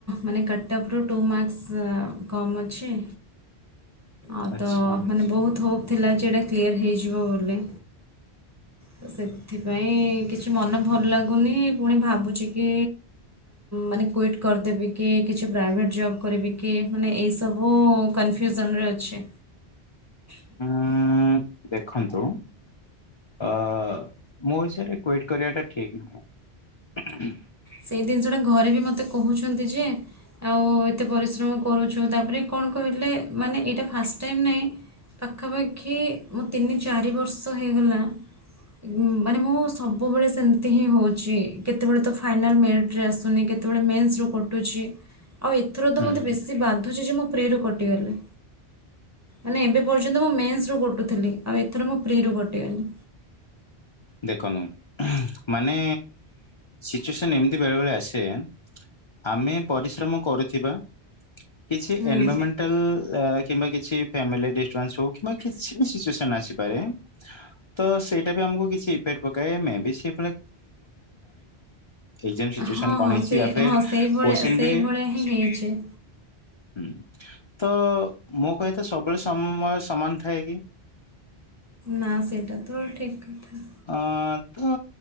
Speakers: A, on the right; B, on the left.
A: ମାନେ କଟଅଫରୁ ଟୁ ମାର୍କ୍ସ୍ କମ୍ ଅଛି ଆଉ
B: ଆଚ୍ଛା
A: ତ ମାନେ ବହୁତ ହୋପ୍ ଥିଲା ଯେ ଏଟା କ୍ଲିୟର ହେଇଯିବ ବୋଲି ତ ସେଥିପାଇଁ କିଛି ମନ ଭଲ ଲାଗୁନି ପୁଣି ଭାବୁଛି କି ମାନେ କୁଇଟ୍ କରିଦେବି କି କିଛି ପ୍ରାଇଭେଟ୍ ଜବ୍ କରିବ କି ମାନେ ଏଇ ସବୁ କନଫ୍ୟୁଜନରେ ଅଛି।
B: ଉଁ ଦେଖନ୍ତୁ ଅ ମୋ ହିସାବରେ କୁଇଟ୍ କରିବାଟା ଠିକ୍ ନୁହେଁ।
A: ସେଇ ଦିନିଷଟା ଘରେ ବି ମୋତେ କହୁଛନ୍ତି ଯେ ଆଉ ଏତେ ପରିଶ୍ରମ କରୁଛୁ, ତାପରେ କଣ କହିଲେ ମାନେ ଏଇଟା ଫାଷ୍ଟ ଟାଇମ୍ ନାଇଁ ପାଖାପାଖି ମୁଁ ତିନି ଚାରି ବର୍ଷ ହେଇଗଲା ଉଁ, ମାନେ ମୁଁ ସବୁବେଳେ ସେମିତି ହିଁ ହଉଛି, କେତେବେଳେ ତ ଫାଇନାଲ୍ ମେରିଟ୍ରେ ଆସୁନି, କେତେବେଳେ ମେନ୍ସରୁ କଟୁଛି, ଆଉ ଏ ଏଥର ତ
B: ହୁଁ
A: ମୋତେ
B: ହୁଁ
A: ବେଶୀ ବାଧୁଛି ଯେ ମୁଁ ପ୍ରିରୁ କଟିଗଲି। ମାନେ ଏବେ ପର୍ଯ୍ୟନ୍ତ ମୁଁ ମେନ୍ସରୁ କଟୁଥିଲି, ଆଉ ଏଥର ମୁଁ ପ୍ରିରୁ କଟିଗଲି।
B: ଦେଖନ୍ତୁ ମାନେ ସିଚୁଏସନ୍ ଏମତି ବେଳେବେଳେ ଆସେ ଆମେ ପରିଶ୍ରମ କରୁଥିବା, କିଛି
A: ହୁଁ
B: ଏନଭରମେଣ୍ଟାଲ କିମ୍ବା କିଛି ଫ୍ୟାମିଲି ଡିଷ୍ଟରବାନ୍ସ ହଉ କିମ୍ବା କିଛି ବି ସିଚୁଏସନ ଆସିପାରେ ତ ସେଇଟା ବି ଆମକୁ କିଛି ଇଫେକ୍ଟ ପକାଏ, ମେ ବି ସେ ଏକ୍ଜାମ ସିଚୁଏସନ
A: ହଁ
B: କଣ
A: ହଁ
B: ହେଇଛି
A: ସେ
B: ୟା ଫିର୍
A: ହଁ ସେଇଭଳିଆ
B: କୋଶ୍ଚିନ୍
A: ସେଇଭଳିଆ
B: ବି
A: ହିଁ ହେଇଛି। ଏ
B: ହୁଁ ତ ମୋ କହିଆ କଥା ସବୁବେଳେ ସମ-ମ-ସମୟ ସମାନ ଥାଏ କି?
A: ନା ସେଇଟା ତ ଠିକ କଥା।
B: ହଁ ତ